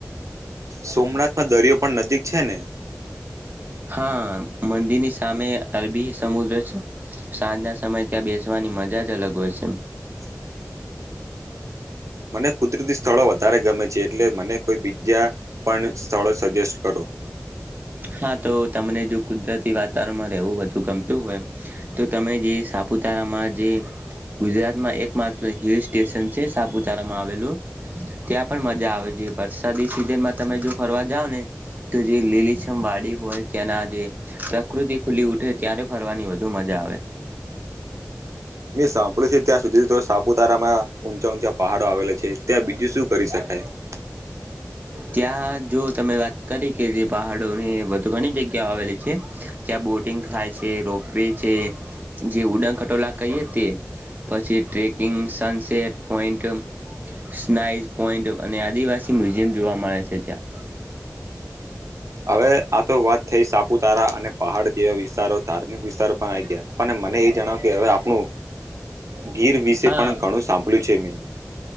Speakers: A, on the right; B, on the right.
A: સોમનાથમાં દરિયો પણ નજીક છે ને
B: હા મંદિરની સામે અરબી સમુદ્ર છે સાંજના સમય ત્યાં બેસવા અનેની મજા જ અલગ હોય છે.
A: <inaudible> મને કુદરતી સ્થળો વધારે ગમે છે, એટલે મને કોઈ બીજા પણ સ્થળો સજેસ્ટ કરો. <inaudible>
B: હા તો તમને જો કુદરતી વાતાવરણમાં રહેવું વધુ ગમતું હોય તો તમે જે સાપુતારામાં જે ગુજરાતમાં એકમાત્ર હિલ સ્ટેશન છે સાપુતારામાં આવેલું. ત્યાં પણ મજા આવે છે વરસાદી સિઝનમાં તમે જો ફરવા જાવ ને તો જે લીલી છમ વાડી હોય તેના જે પ્રકૃતિ ખુલી ઉઠે ત્યારે ફરવાની વધુ મજા આવે.
A: મે સાંભ્યું છે. ત્યાં સુધી તો સાપુતારામાં ઊંચા ઊંચા પહાડો આવેલા છે, ત્યાં બીજું શું કરી શકાય. <inaudible>
B: ત્યાં જો તમે વાત કરી કે જે પહાડોની વધુ ઘણી જગ્યાઓ આવેલી છે. બોટિંગ થાય છે, રોપ વે છે, જે ઉડ ખટોલા કહીએ તે. પછી trekking, sunset point. Sunrise point અને આદિવાસી મ્યુઝિયમ જોવા મળે છે ત્યાં.
A: હવે આ તો વાત થઈ સાપુતારા અને પહાડ જેવા વિસ્તારો ધાર્મિક વિસ્તારો પણ આઈ ગયા પણ આમ મને એ જણાવો કે હવે આપણું ગીર વિશે
B: હા
A: પણ ઘણું સાંભળ્યું છે મેં.